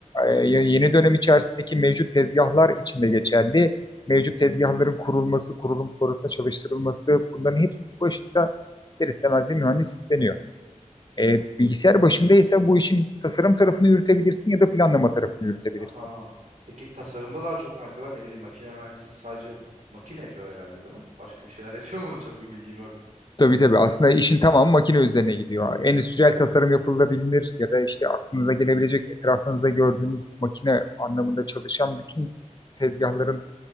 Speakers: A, on the left (about 35°); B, on the right (about 75°).
A: Ee, ye- yeni dönem içerisindeki mevcut tezgahlar içinde geçerli. Mevcut tezgahların kurulması, kurulum sonrasında çalıştırılması bunların hepsinin başında ister istemez bir mühendis isteniyor. E, bilgisayar başında ise bu işin tasarım tarafını yürütebilirsin ya da planlama tarafını yürütebilirsin.
B: Aha. Peki tasarımda daha çok ne yapıyorlar? Ne bileyim makine mühendisi sadece makine yapıyor herhalde değil mi? Başka bir şeyler <laughs> yapıyor mu? Çok bir bilgim yok.
A: Tabii tabii. Aslında işin tamamı makine üzerine gidiyor. Endüstriyel tasarım yapılabilir ya da işte aklınıza gelebilecek etrafınızda gördüğünüz makine anlamında çalışan bütün tezgahların